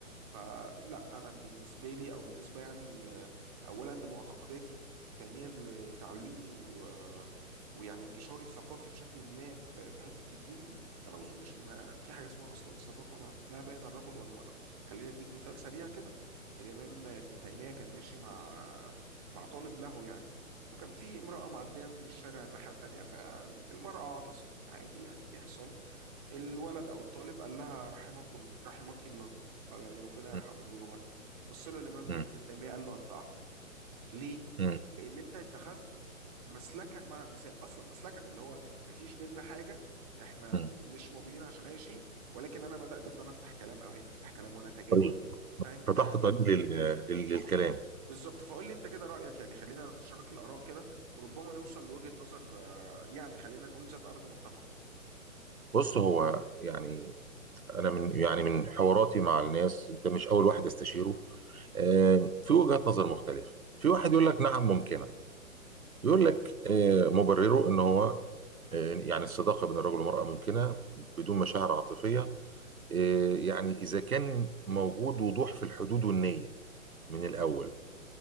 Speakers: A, on the right (about 25°); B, on the right (about 80°).
A: فلا انا بالنسبه لي او بالنسبه يعني آه، اولا لمعتقداتي ثانيا لتعليمي و آه، ويعني انتشاري الثقافي بشكل ما في في حته الدين دي انا ما اظنش ان في حاجه اسمها اصلا صداقه ما ما بين الرجل والمراه خليني اديك مثال سريع كده الامام ابن تيميه كان ماشي مع مع طالب له يعني وكان في امراه معديه من الشارع الناحيه التانيه فالمراه عطست عادي يعني بيحصل الولد او الطالب قال لها رحمك رحمك الله أو يعني ربنا يرحمه
B: مم.
A: يكبر لغتنا بص له الإمام
B: مم.
A: ابن تيمية قال له أنت أحمق ليه؟
B: مم.
A: لأن أنت اتخذت مسلكا مع النساء أصلا مسلكا اللي هو مفيش بينا حاجة إحنا
B: مم.
A: مش موجودين عشان أي شيء ولكن أنا بدأت إن أنا أفتح كلام أو هي تفتح كلام وأنا أتجاوب
B: طريق
A: فاهم؟ فيعني
B: فتحت طريق لل... لل...
A: شكرا
B: للكلام
A: بالظبط فقول لي أنت كده رأيك يعني خلينا نتشارك الآراء كده وربما نوصل لوجهة نظر آه، يعني خلينا نقول ذات أرض متفقة
B: بص هو يعني انا من يعني من حواراتي مع الناس انت مش اول واحد استشيره آه، في وجهات نظر مختلفة في واحد يقول لك نعم ممكنة يقول لك آه، مبرره ان هو آه، يعني الصداقة بين الرجل والمرأة ممكنة بدون مشاعر عاطفية آه، يعني اذا كان موجود وضوح في الحدود والنية من الاول